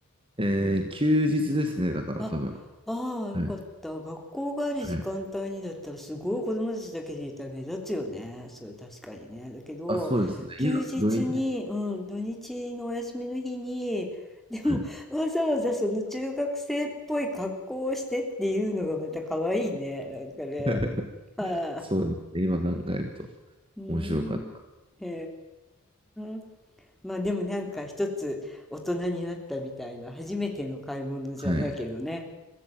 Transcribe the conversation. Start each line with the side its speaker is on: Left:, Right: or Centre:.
Right: えー休日ですね、だから多分。
Centre: あ、ああ、よかった。
Right: はい。
Centre: 学校がある時間帯にだったら、
Right: はい。
Centre: すごい子供たちだけでいたら目立つよね。それ確かにね。だけど、
Right: あ、そうですね。
Centre: 休日に、
Right: いや、土日。
Centre: うん、土日のお休みの日に、でも、
Right: はい。
Centre: わざわざその中学生っぽい格好をしてっていうのがまた可愛いね。なんかね。
Right: <laughs>
Centre: は
Right: そうですね。今考えると
Centre: い、うーん。
Right: 面白かった。
Centre: へえ。まあでもなんか一つ大人になったみたいな、初めての買い物じゃないけどね。
Right: はい。